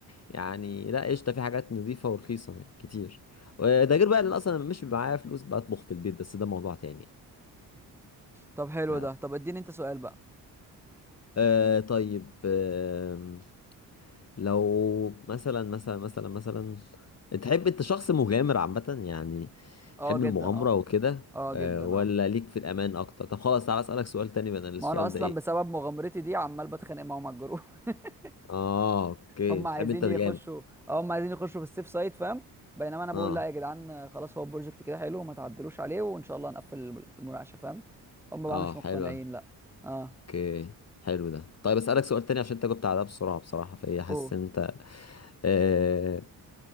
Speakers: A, on the left; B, in the centre.
A: يعني لا قشطه في حاجات نظيفه ورخيصه يعني كتير وده غير بقى ان اصلا أنا مش بيبقى معايا فلوس بطبخ في البيت بس ده موضوع تاني يعني
B: طب حلو
A: آه
B: ده طب اديني انت سؤال بقى
A: آه، طيب آه لو مثلا مثلا مثلا مثلا تحب انت شخص مغامر عامة يعني
B: اه
A: تحب
B: جدا
A: المغامرة
B: اه
A: وكده
B: اه جدا
A: آه ولا
B: اه
A: ليك في الأمان أكتر طب خلاص تعالى أسألك سؤال تاني بدل
B: ما
A: السؤال
B: انا اصلا
A: ده إيه
B: بسبب مغامرتي دي عمال بتخانق معاهم على الجروب <laughs>
A: اه اوكي
B: هم
A: بتحب
B: عايزين
A: انت
B: يخشوا
A: الجامد
B: اه هم عايزين يخشوا في السيف سايت فاهم بينما انا بقول
A: اه
B: لا يا جدعان آه، خلاص هو البروجكت كده حلو ما تعدلوش عليه وان شاء الله هنقفل الم- المناقشه فاهم هم بقى
A: اه
B: مش مقتنعين
A: حلو
B: لا اه
A: اوكي حلو ده طيب اسالك سؤال تاني عشان انت جبت على ده بسرعه بصراحه فهي حاسس
B: قول
A: ان انت آه